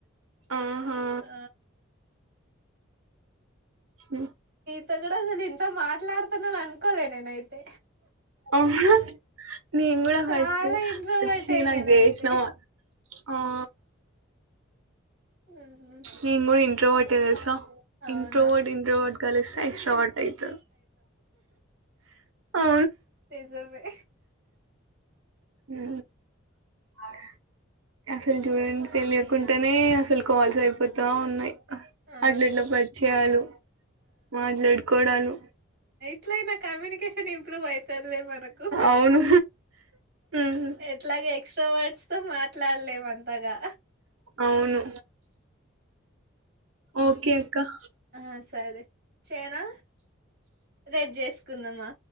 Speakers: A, on the right; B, on the right.
A: ఆహా
B: ఆ
A: హ్మ్
B: తే కూడా అసలు ఇంత మాట్లాడుతున్నం అనుకోలే నేనైతే
A: ఆహా నేను కూడా
B: చాలా
A: ఫస్ట్
B: ఇంట్రోవర్టెడ్
A: వచ్చి నాకు
B: నేనైతే
A: జేసినం ఆ
B: ఉమ్,
A: నేను కూడా ఇంట్రోవర్ట్ టివ్యూసా
B: అవునా
A: ఇంట్రోవర్ట్ ఇంట్రోవర్ట్ కలిస్తే ఎక్స్ట్రోవర్ట్ ఐతరు ఉ
B: నిజమే
A: ఊ అ అసలు చూడండి తెలియకుంటనే అసలు కాల్స్ అయిపోతా ఉన్నాయ్ ఆహా
B: ఆ
A: అట్ల ఇట్లా పరిచయాలు మాట్లాడుకోవడాలు
B: ఎట్లైనా కమ్యూనికేషన్ ఇవ్ ప్రూవ్ ఐతర్లే మనకు
A: అవును ఉమ్.
B: ఎట్లాగ ఎక్సట్రా వర్డ్స్ తో మాట్లాడలేము అంతగా
A: అవును ఓకే అక్క
B: ఆ సరే చేయ్నా రేప్ జెస్ కుందమ్మా